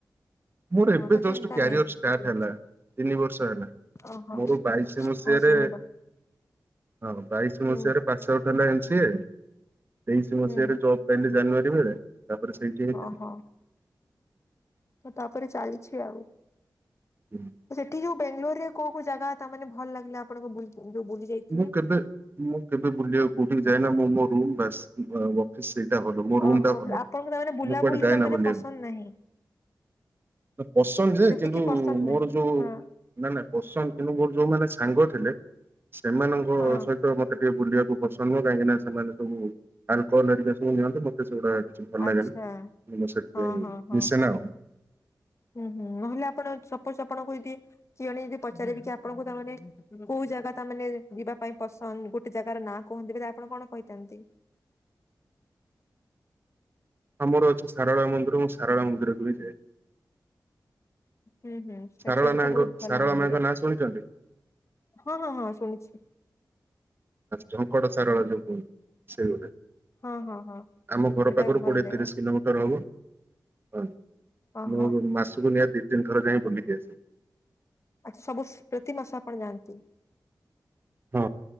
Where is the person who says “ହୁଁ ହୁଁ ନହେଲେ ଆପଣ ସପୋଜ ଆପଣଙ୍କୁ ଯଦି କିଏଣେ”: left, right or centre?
Left